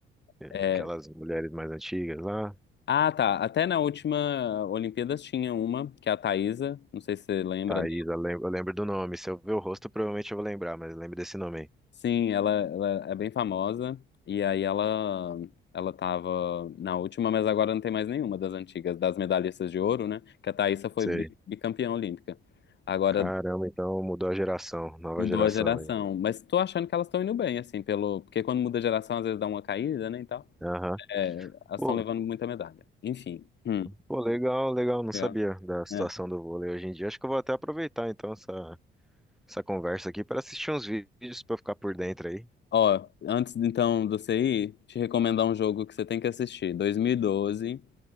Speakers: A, in the centre; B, on the left (about 60°).
A: É,
B: É,
A: Aquelas mulheres mais antigas lá?
B: ah, tá. Até na última Olimpíadas tinha uma, que é a Thaísa. Não sei se você lembra
A: Thaís, eu lem- eu lembro, do nome. Se eu ver o rosto, provavelmente eu vou lembrar, mas eu lembro desse nome
B: Sim, ela, ela é bem famosa. E aí ela ela tava na última, mas agora não tem mais nenhuma das antigas, das medalhistas de ouro, né? Que a Thaísa foi
A: aí.
B: bi- bicampeã olímpica. Agora
A: Caramba, então mudou a geração, nova
B: mudou
A: geração
B: a geração.
A: aí.
B: Mas tô achando que elas estão indo bem, assim, pelo. Porque quando muda a geração, às vezes dá uma caída, né? E tal.
A: Aham.
B: É, elas
A: Pô,
B: estão levando muita medalha. Enfim. Hum,
A: pô, legal, legal. Não sabia
B: legal.
A: da situação
B: É.
A: do vôlei hoje em dia. Acho que eu vou até aproveitar então essa, essa conversa aqui para assistir uns vídeos para ficar por dentro aí.
B: Ó, antes então de você ir, te recomendar um jogo que você tem que assistir. 2012.